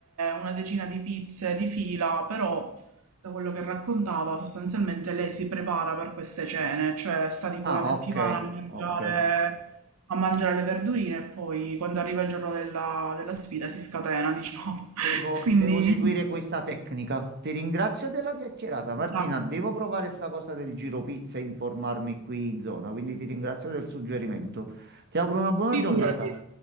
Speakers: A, on the right (about 85°); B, on the right (about 50°).
A: una decina di pizze di fila, però da quello che raccontava, sostanzialmente lei si prepara per queste cene, cioè sta tipo
B: Ah,
A: una settimana
B: ok,
A: a mangiare,
B: ok.
A: a mangiare le verdurine e poi quando arriva il giorno della, della sfida si scatena, diciamo.
B: Devo,
A: <laughs> Quindi...
B: devo seguire questa tecnica. Ti ringrazio della chiacchierata, Martina.
A: esatto.
B: Devo provare sta cosa del giro pizza e informarmi qui in zona, quindi ti ringrazio del suggerimento. Ti auguro una buona
A: Figurati.
B: giornata.